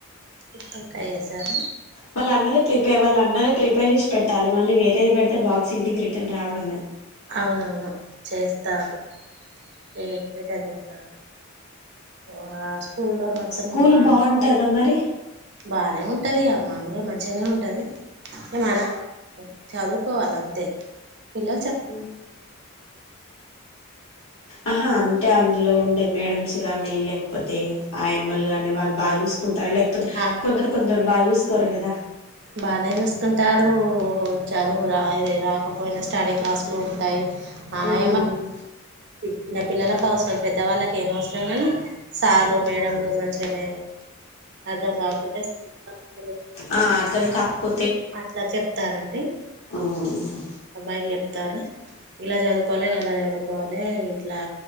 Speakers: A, on the right; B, on the left.
A: గుత్తొంకాయ చేసాను
B: వాళ్ళ అన్నద ప్రీపే వాళ్ళ అన్న ప్రిపేర్చేస్ పెట్టాలి మళ్ళీ వేరేది పెడితే బాక్స్ ఇంటికి రిటర్న్ రావడమే
A: అవునవును చేస్తారు ఏ <unintelligible> ఒ ఆ స్కూల్లో మొత్తం
B: స్కూల్
A: బా
B: బాగుంటదా మరి
A: బానే ఉంటది, ఇగ మామూలే మంచిగానే ఉంటది. ఇగ మనం చదువుకోవాల అంతే పిల్ల
B: ఉ ఆహా అంటే అందులో ఉండే మేడమ్స్ గాని లేకపోతే ఆయమ్మలు గాని వాళ్ళు బాగా చూస్ కుంటారా లేకపోతే
A: ఆ
B: కొందరు కొందరు బాగా చూసుకోరు కదా?
A: బానే చూసుకుంటారు చదువు రా ఇది రాకపోయినా స్టడీ క్లాసులు ఉంటాయి. ఆ
B: ఉమ్
A: ఏమ చిన్న పిల్లలకు అవసరం పెద్ద వాళ్ళకి ఏం అవసరం గాని సార్లు మేడంలు మంచిగానే అర్దం కాకుంటే <unintelligible>
B: ఆ అర్ధం కాకపో
A: అట్లా చెప్తారండి,
B: ఉమ్
A: అబ్బాయికి చెప్తారు. ఇలా చదువుకోవాలి కదా చదువుకోవాలి ఇట్లా